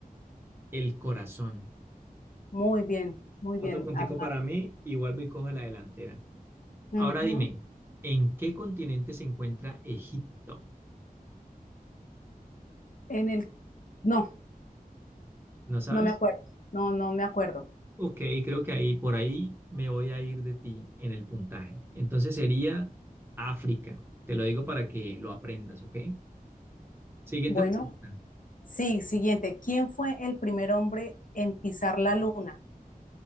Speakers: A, on the right (about 15°); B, on the left (about 60°).
A: El corazón.
B: Muy bien, muy
A: Otro
B: bien,
A: puntico
B: Armando.
A: para mí y vuelvo y cojo la delantera.
B: Ujú.
A: Ahora dime, ¿en qué continente se encuentra Egipto?
B: En el... No,
A: ¿No sabes?
B: no me acuerdo. No, no me acuerdo.
A: Ok, creo que ahí por ahí me voy a ir de ti en el puntaje. Entonces sería África. Te lo digo para que lo aprendas, ¿ok? Siguiente
B: Bueno,
A: pregunta.
B: sí, siguiente. ¿Quién fue el primer hombre en pisar la luna?